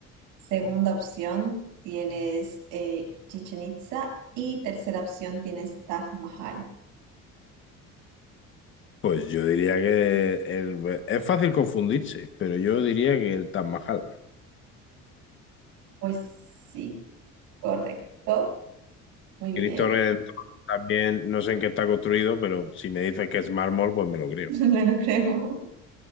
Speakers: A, on the right; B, on the left.
A: Segunda opción, tienes eh, Chichen Itza. Y tercera opción, tienes Taj Mahal.
B: Pues yo diría que el- es fácil confundirse, pero yo diría que el Taj Mahal.
A: Pues sí, correcto. Muy bien,
B: Cristo Redentor también, no sé en qué está construido, pero si me dices que es mármol, pues me
A: <laughs>
B: lo creo.
A: no lo creo.